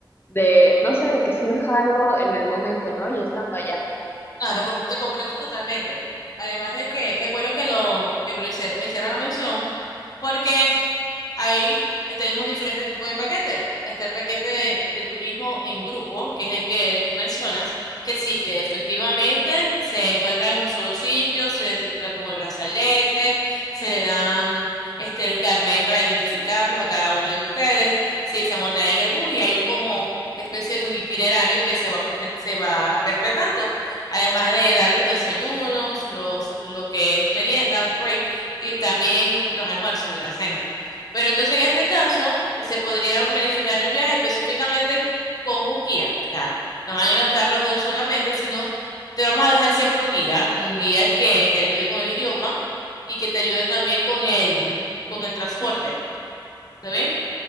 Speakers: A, on the left (about 25°); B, on the left (about 50°).
A: de, no sé, de que surja algo en el momento, ¿no? Ya estando allá.
B: Claro, com- te comprendo totalmente. Además de que es bueno que lo que me, lo hicier- me hicieran la mención, porque Ahí eh, tenemos diferentes tipos de paquetes. Está el paquete de, de turismo en grupo, que es el que tú mencionas, que sí, que efectivamente se encuentra en un solo sitio, se identifica con el brazalete, se le dan este, el carnet para identificarlos a cada uno de ustedes, sí, se montan en el bus y hay un como especie de un itinerario que se va, prese- se va respetando, además de darle los desayunos, los, lo que es merienda, un break, y también los almuerzos y la cena. Pero entonces en este caso eh, se podría planificar el viaje específicamente con un guía. O sea, no van a ir a estar los dos solamente, sino te vamos a dejar siempre un guía, un guía que te ayude con el idioma y que te ayude también con el, con el transporte. ¿Está bien?